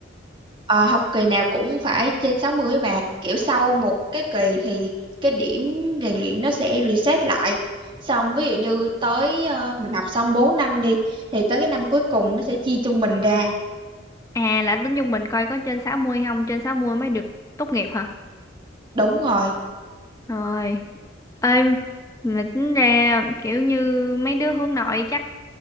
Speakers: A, on the right (about 25°); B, on the left (about 15°).
A: Ờ, học kỳ nào cũng phải trên 60 bà kiểu sau một cái kỳ thì cái điểm rèn luyện nó sẽ reset lại xong ví dụ như tới ờ, mình học xong 4 năm đi thì tới cái năm cuối cùng nó sẽ chia trung bình ra
B: à là tính chung mình coi có trên 60 không trên 60 mới được tốt nghiệp hả
A: đúng rồi
B: rồi ơi mà tính ra kiểu như mấy đứa hướng nội chắc